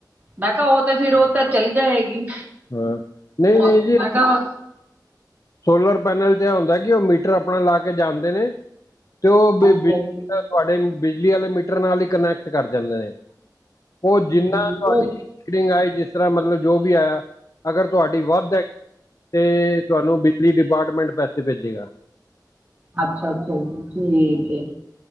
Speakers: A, on the right; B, on the left.
A: ਮੈਂ ਕਿਹਾ ਉਹ ਤੇ ਫਿਰ ਉਧਰ ਚਲੀ ਜਾਏਗੀ।
B: ਹਾਂ ਨਹੀਂ
A: ਉਹ,
B: ਨਹੀਂ ਜੀ
A: ਮੈਂ ਕਿਹਾ
B: ਸੋਲਰ ਪੈਨਲ ਤੇ ਇਹ ਹੁੰਦਾ ਕਿ ਉਹ ਮੀਟਰ ਆਪਣਾ ਲਾ ਕੇ ਜਾਂਦੇ ਨੇ ਤੇ ਉਹ ਬਿਜਲੀ
A: ਹਾਂਜੀ ਹਾਂਜੀ
B: ਤੁਹਾਡੇ ਬਿਜਲੀ ਵਾਲੇ ਮੀਟਰ ਨਾਲ ਹੀ ਕਨੈਕਟ ਕਰ ਜਾਂਦੇ ਨੇ, ਉਹ ਜਿੰਨਾ
A: ਹਾਂਜੀ
B: ਤੁਹਾਡੀ
A: ਉਹ
B: ਫੀਟੀਗਂ ਆਈ ਜਿਸ ਤਰਾ ਮਤਲਬ ਜੋ ਵੀ ਆਯਾ, ਅਗਰ ਤੋਆਡੀ ਵੱਧ ਐ, ਤੇ ਤੁਹਾਨੂੰ ਦੀ ਡਿਪਾਟਮੈਂਟ ਪੈਸੇ ਭੇਜੇਗਾ।
A: ਅੱਛਾ, ਅੱਛਾ ਜੀ, ਠੀਕ ਏ।